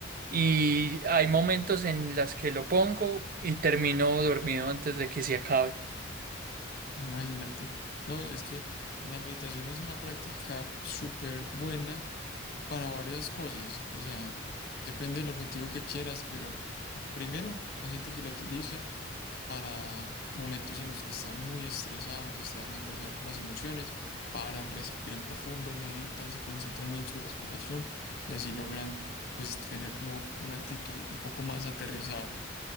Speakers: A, on the right; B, on the left.
A: y hay momentos en las que lo pongo y termino dormido antes de que se acabe.
B: Imagínate. No, es que la meditación es una práctica súper buena para varias cosas. O sea, depende del objetivo que quieras, pero primero hay gente que lo utiliza para momentos en los que están muy estresados, se está dejando llevar por las emociones, paran, respiran profundo, meditan, se concentran en su respiración y así logran pues tener como una actitud un poco más aterrizada.